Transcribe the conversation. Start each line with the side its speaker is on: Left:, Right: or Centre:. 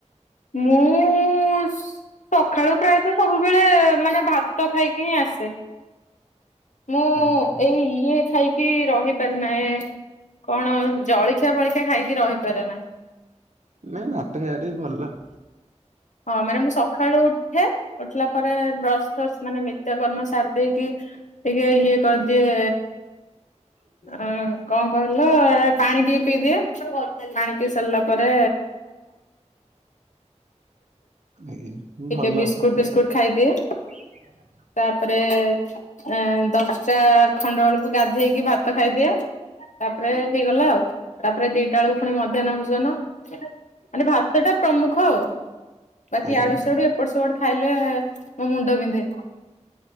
Left: ମୁଁ ସକାଳୁ ପ୍ରାୟତ ସବୁବେଳେ ମାନେ ଭାତ ଖାଇି କିଁ ଆସେ ମୁଁ
Right: ଆହା
Left: ଏଇ ଇଏ ଖାଇକି କି ରହିପାରେ ନା ଏ କଣ ଜଳଖିଆ ପଳିଖିଆ ଖାଇକି ରହିପାରେ ନା।
Right: ନାଇଁ ଭାତ ଖାଇବା ଟା ବି ଭଲ।
Left: ହଁ ମାନେ ମୁଁ ସକାଳୁ ଉଠେ ଉଠିଲା ପରେ ବ୍ରସ୍ ଫସ୍ ମାନେ ନିତ୍ୟକର୍ମ ସାରି ଦେଇେଇକି ଟିକେ ଇଏ କରିଦିଏ।
Right: ହ
Left: ଅ କଣ କହିଲ ପାଣି ଟିକେ ପିଇଦିଏ ପାଣି ପିଇ ସାରିଲା ପରେ।
Right: ଆଜ୍ଞା
Left: ଟିକେ
Right: ଭଲ
Left: ବିସ୍କୁଟ
Right: ଖାଇବା।
Left: ଫିସ୍କୁଟ ଖାଇଦିଏ।
Right: <inaudible>
Left: ତାପରେ ଏ ଦଶଟା ଖଣ୍ଡ ବେଳକୁ ଗାଧେଇକି ଭାତ ଖାଇଦିଏ। ତାପରେ ହେଇଗଲା ଆଉ ତାପରେ ଦିଟା ବେଳକୁ ପୁଣି ମଧ୍ୟାହ୍ନ ଭୋଜନ। ମାନେ ଭାତଟା ପ୍ରମୁଖ ଆଉ। ବାକି
Right: ଆଜ୍ଞା।
Left: ଆଡୁ ସି ଆଡୁ ଏପଟ ସେପଟ ଖାଇଲେ ମୋ ମୁଣ୍ଡ ବିନ୍ଧେ।